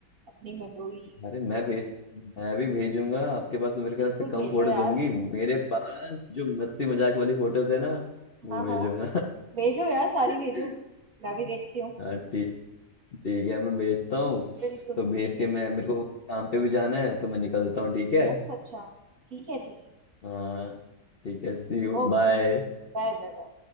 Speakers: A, on the right; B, on the left.
A: अपनी मेमोरीज
B: अरे मैं भेज मैं भी भेजूंगा आपके पास तो मेरे ख्याल
A: बिल्कुल
B: से कम
A: भेजो
B: फोटोज
A: यार
B: होंगी मेरे पास जो मस्ती मजाक वाली फोटोज है ना वो
A: हाँ
B: भेजूंगा
A: हाँ भेजो यार सारी
B: <laughs>
A: भेजो मैं भी देखती हूँ
B: हाँ ठीक ठीक है मैं भेजता हूँ
A: बिल्कुल
B: तो भेज
A: भेजो
B: के मैं मेरे को काम पे भी जाना है तो मैं निकलता हूँ ठीक है
A: अच्छा अच्छा ठीक है ठीक है
B: हाँ ठीक है सी यू
A: Okay
B: बाय
A: okay Bye bye bye